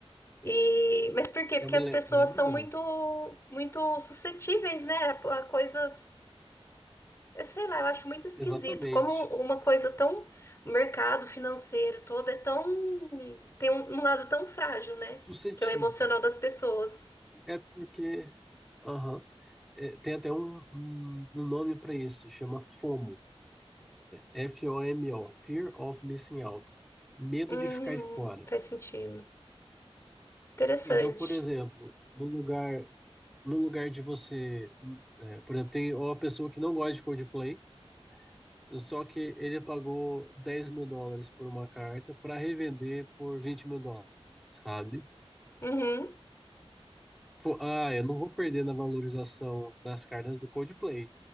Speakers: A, on the left; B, in the centre.
A: E mas por quê?
B: Eu
A: Porque
B: me,
A: as
B: le-
A: pessoas
B: me lembro
A: são
B: bem.
A: muito muito suscetíveis, né, a a coisas É, Sei lá, eu acho muito esquisito.
B: Exatamente.
A: Como uma coisa tão. O mercado financeiro todo é tão. Tem um, um lado tão frágil, né?
B: Suscetível.
A: Que é o emocional das pessoas.
B: É porque. Aham. É, tem até um, um, um nome para isso, chama FOMO. F-O-M-O, Fear of Missing Out. Medo
A: Hum,
B: de ficar de fora.
A: faz sentido. Interessante.
B: Então, por exemplo, no lugar no lugar de você. é, por exemplo, tem uma pessoa que não gosta de Coldplay, só que ele pagou dez mil dólares por uma carta para revender por vinte mil dólares, sabe?
A: Uhum,
B: Tipo, ah, eu não vou perder na valorização das cartas do Coldplay,